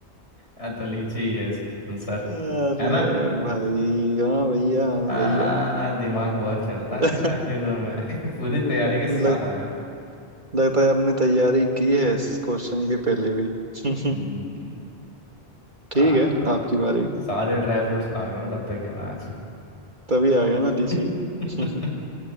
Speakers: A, on the left (about 75°); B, on the right (about 45°).
A: हाँ तो लीची ही है इसका आंसर
B: अरे
A: है ना
B: भाई हाँ भैया हाँ
A: आ,
B: भैया
A: दिमाग बहुत चलता
B: <laughs>
A: है यार इन चीजों में <laughs> पूरी तैयारी के साथ
B: लगता
A: आया
B: लगता है आपने तैयारी की है इस क्वेश्चन के पहले भी <laughs>
A: हम्म,
B: ठीक
A: आज
B: है
A: तो
B: आपकी बारी
A: सारे ड्राई फ्रूट्स खा गया हूँ डब्बे के मैं आज
B: तभी
A: वाह।
B: आ गया ना लीची
A: <laughs>
B: <laughs>